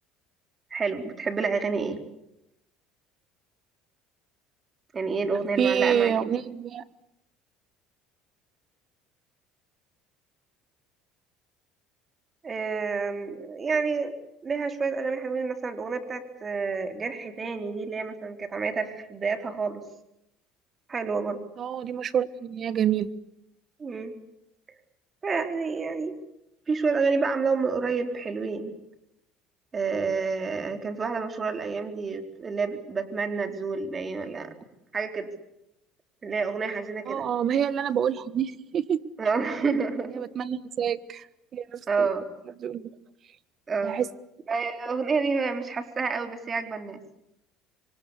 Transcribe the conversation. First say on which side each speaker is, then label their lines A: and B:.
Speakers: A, on the right (about 30°); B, on the right (about 45°).
A: حلو بتحب لها أغاني إيه يعني إيه الأغنية اللي
B: في
A: معلقة معاكي
B: اغنية
A: مثلا
B: ليها-
A: آم، يعني ليها شوية أغاني حلوين مثلا الأغنية بتاعت آه، جرح تاني دي اللي هي مثلا كانت عملتها في بدايتها خالص حلوة برضه
B: اه دي مشهورة ان هي جميلة
A: مم. فيعني يعني في شوية أغاني بقى عاملاهم من قريب حلوين آه كان في واحدة مشهورة الأيام دي اللي هي بتمنى تزول باين ولا حاجة كده اللي هي أغنية حزينة كده
B: اه اه ما هي اللي انا بقولها دي <laughs>
A: <laughs>
B: هي بتمنى انساك هي نفس
A: اه
B: اللي بتقولها
A: اه
B: بحس
A: الأغنية دي مش حاساها قوي بس هي عاجبة الناس